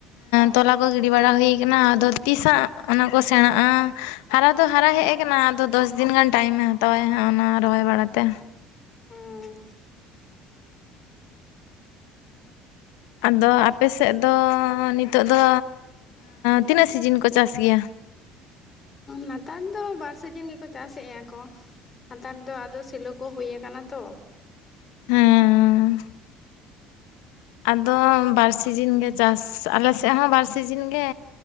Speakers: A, on the left; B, on the left.
A: ᱛᱳᱞᱟ ᱠᱚ ᱜᱤᱰᱤ ᱵᱟᱲᱟ ᱦᱩᱭ ᱠᱟᱱᱟ ᱟᱫᱚ ᱛᱤᱥᱟᱜ ᱚᱱᱟ ᱠᱚ ᱥᱮᱬᱟᱜᱼᱟ ᱦᱟᱨᱟ ᱫᱚ ᱦᱟᱨᱟ ᱦᱮᱡ ᱠᱟᱱᱟ ᱟᱫᱚ ᱫᱚᱥ ᱫᱤᱱ ᱜᱟᱱ ᱴᱟᱭᱤᱢᱮ ᱦᱟᱛᱟᱣᱟᱭ ᱦᱟᱸᱜ ᱚᱱᱟ ᱨᱚᱦᱚᱭ ᱵᱟᱲᱟᱛᱮ
B: ᱦᱩᱸ
A: ᱟᱫᱚ ᱟᱯᱮᱥᱮᱫ ᱫᱚ ᱱᱤᱛᱚᱜ ᱫᱚ ᱛᱤᱱᱟᱹᱜ ᱥᱤᱡᱤᱱ ᱠᱚ ᱪᱟᱥ ᱜᱮᱭᱟ
B: ᱱᱮᱛᱟᱨ ᱫᱚ ᱵᱟᱨ ᱥᱤᱡᱤᱱ ᱜᱮᱠᱚ ᱪᱟᱥᱮᱫᱼᱟ ᱠᱚ ᱱᱮᱛᱟᱨ ᱫᱚ ᱟᱫᱚ ᱥᱤᱞᱚ ᱠᱚ ᱦᱩᱭ ᱟᱠᱟᱱᱟ ᱛᱚ
A: ᱦᱮᱸ ᱟᱫᱚ ᱵᱟᱨ ᱥᱤᱡᱤᱱ ᱜᱮ ᱪᱟᱥ ᱟᱞᱮ ᱥᱮᱫ ᱦᱚᱸ ᱵᱟᱨ ᱥᱤᱡᱤᱱ ᱜᱮ